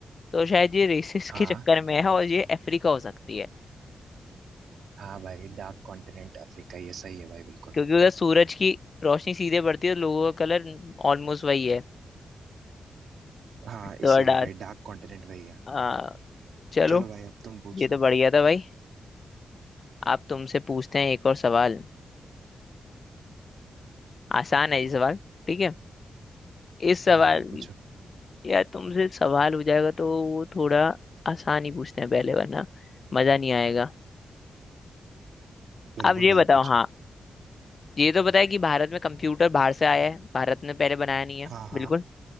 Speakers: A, on the left; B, on the right.
A: तो शायद ये रेसिस
B: हाँ
A: के चक्कर में है और ये अफ्रीका हो सकती है
B: हाँ भाई डार्क कॉन्टिनेंट अफ्रीका ये सही है भाई बिल्कुल
A: क्योंकि उधर सूरज की रोशनी सीधे पड़ती है और लोगों का कलर ऑलमोस्ट वही है
B: हाँ
A: तो
B: इसीलिए
A: डार्क
B: भाई डार्क कॉन्टिनेंट वही है
A: आ, चलो
B: चलो भाई अब तुम पूछो
A: ये तो बढ़िया था भाई आप तुमसे पूछते हैं एक और सवाल आसान है ये सवाल ठीक है इस सवाल
B: हाँ भाई पूछो
A: यार तुमसे सवाल हो जाएगा तो वो थोड़ा आसान ही पूछते हैं पहले वरना मजा नहीं आएगा
B: बिल्कुल
A: अब ये बताओ
B: भाई पूछो
A: हाँ ये तो पता है कि भारत में कंप्यूटर बाहर से आया है भारत ने पहले बनाया नहीं है
B: हाँ हाँ
A: बिल्कुल